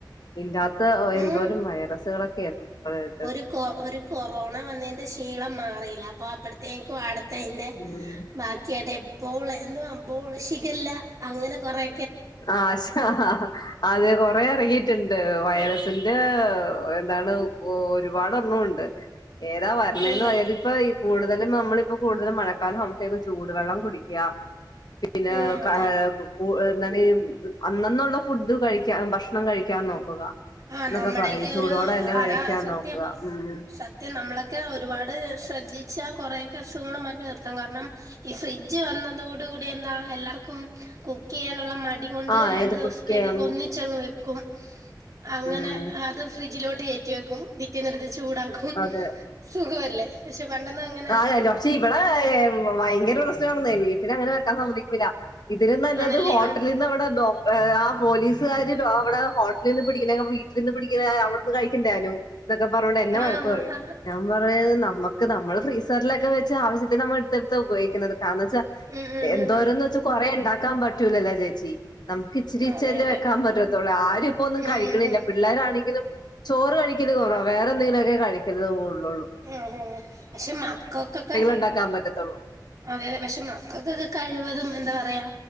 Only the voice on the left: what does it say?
ഇല്ലാത്ത
എന്തോരം വൈറസ്‌കളൊക്കെയിരുന്നു <unintelligible>
ഉം
ആഹ് ഷാ അതെ കൊറേ എറങ്ങീട്ട്ണ്ട് വൈ റസിന്റെ എന്താണ് ഒ ഒരുപാട് എണ്ണം ഉ ണ്ട് ഏതാ വര്ണേന്ന്
പറയാ ഇത്പ്പ ഇ കൂടുതലും നമ്മളിപ്പോ കൂടുതലും മഴക്കാലം ആവുമ്പത്തേക്കു ചൂടുവെള്ളം കുടിക്കാ പിന്നെ
കാ
കു കൂ എന്താണ് അന്നന്നുള്ള ഫുഡ് കഴിക്കാ ഭക്ഷണം കഴിക്കാ നോക്കുക
എന്നൊക്കെ
പറയും ചൂടോടെ തന്നെ
കഴിക്കാൻ
നോക്കുക ഉം
ആഹ്
ഏത്
കുറ്റിയം
ഉം
അതെ
അതെന്നെ പക്ഷെ ഇവടെ ഭയങ്കര പ്രശ്നാണന്നേ വീട്ടില് അങ്ങനെ വെക്കാ സമ്മതി ക്കൂല ഇതിലും നല്ലത്
ഹോട്ടലീന്ന്
നമ്മടെ ദോ ആ പോലീസ് സാര് അവടെ ഹോട്ടിലീന്ന് പിടിക്ക്ന്നോക്കെ വീട്ടിലീന്ന് പിടിക്ക അവിടെന്ന് കഴിക്ക്ണ്ടാനു ഇതൊക്കെ പറഞ്ഞോണ്ട് എന്നെ
വഴക്ക് പറയും
ഞാൻ പറയും നമ്മക്ക് നമ്മള് ഫ്രീസറ്ലെ ല്ലം വെച്ച് ആവശ്യത്തിന് നമ്മ എട്ത്തെട്ത്ത ഉപയോഗിക്ക്ണത് കാരണന്നെച്ചാ
എന്തോരന്നെച്ച്
കൊറേ ഇണ്ടാക്കാൻ പറ്റൂലല്ലോ ചേച്ചി നമുക്ക് ഇച്ചിരി ഇച്ചിരില്ലേ
വെക്കാൻ പറ്റത്തൊള്ളൂ ആരും ഇപ്പൊന്നും
കഴിക്ക്ണില്ല
പിള്ളേരാണെങ്കിലും ചോറ് കഴിക്കല് കൊറവാ വേറെന്തെങ്കിലൊക്കെ കഴിക്ക്ന്നത് കൂട്ണോള്ളൂ
ഇണ്ടാക്കാൻ പറ്റത്തൊള്ളൂ